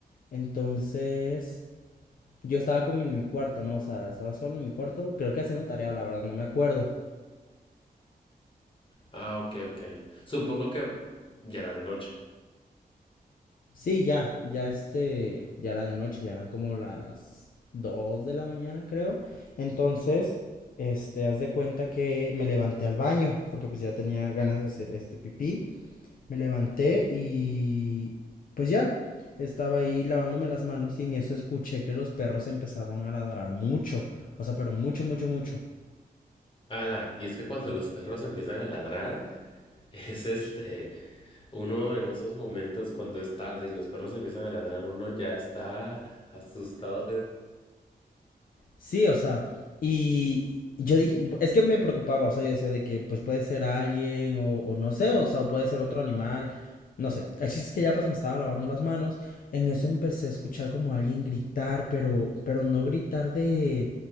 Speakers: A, on the left (about 65°); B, on the left (about 35°).
A: Entonces, Yo estaba como en mi cuarto, ¿no? O sea, estaba solo en mi cuarto, creo que haciendo tarea, la verdad, no me acuerdo.
B: Ah, ok, ok. Supongo que ya era de noche.
A: Sí, ya, ya este, ya era de noche, ya eran como las 2 de la mañana, creo. Entonces, este, haz de cuenta que me levanté al baño, porque pues ya tenía ganas de hacer este pipí. Me levanté y pues ya, estaba ahí lavándome las manos y en eso escuché que los perros empezaron a ladrar mucho, o sea, pero mucho, mucho, mucho.
B: Ala, y es que cuando los perros empiezan a ladrar, <laughs> es este, Uno en esos momentos cuando es tarde y los perros empiezan a ladrar, uno ya está asustado.
A: Sí, o sea, y yo dije, es que me preocupaba, o sea, yo decía de que pues puede ser alguien o, o no sé, o sea, o puede ser otro animal, no sé. El chiste es que ya pues me estaba lavando las manos, en eso empecé a escuchar como alguien gritar, pero, pero no gritar de,